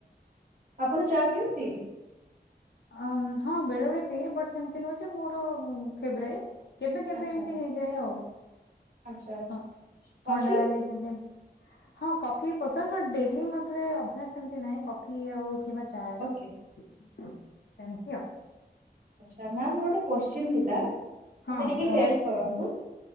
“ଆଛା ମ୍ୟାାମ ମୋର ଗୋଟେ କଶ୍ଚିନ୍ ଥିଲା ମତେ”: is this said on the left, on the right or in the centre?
Right